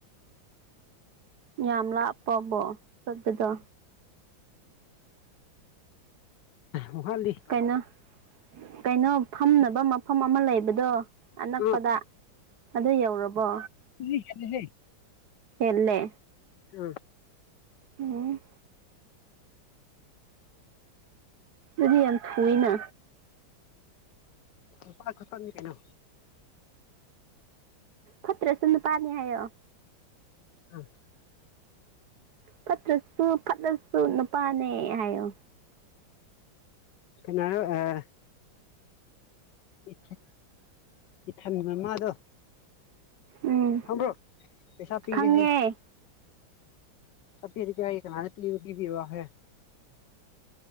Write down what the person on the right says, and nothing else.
ꯌꯥꯝ ꯂꯥꯞꯄꯕꯣ ꯆꯠꯄꯗꯣ
ꯀꯩꯅꯣ ꯀꯩꯅꯣ ꯐꯝꯅꯕ ꯃꯐꯝ ꯑꯃ ꯂꯩꯕꯗꯣ ꯑꯅꯛꯄꯗ
ꯑꯗꯨ ꯌꯧꯔꯕꯣ
ꯍꯦꯜꯂꯦ
ꯎꯝ ꯑꯗꯨꯗꯤ ꯌꯥꯝ ꯊꯨꯏꯅ
ꯐꯠꯇꯔꯥꯁꯨ ꯅꯨꯄꯥꯅꯤ ꯍꯥꯏꯌꯣ
ꯐꯠꯇ꯭ꯔꯁꯨ ꯐꯠꯇꯂꯁꯨ ꯅꯨꯄꯥꯅꯦ ꯍꯥꯏꯌꯣ
ꯎꯝ
ꯈꯪꯉꯦ